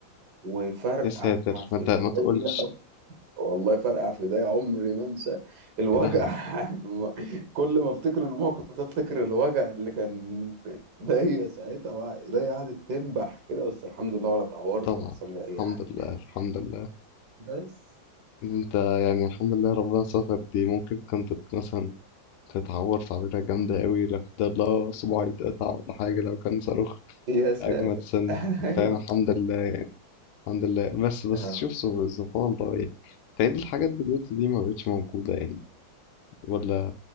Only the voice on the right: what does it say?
وفرقع
في
إيديا والله فرقع في ايديا عمري ما انسى الوجع
<laughs> كل ما افتكر الموقف ده افتكر الوجع اللي كان في ايديا ساعتها وع- ايديا قعدت تنبح كده بس الحمد لله ولا اتعورت
ولا حصل لي اي
حاجه
يعني
بس
مم.
يا ساتر
<laughs> ايوه
اه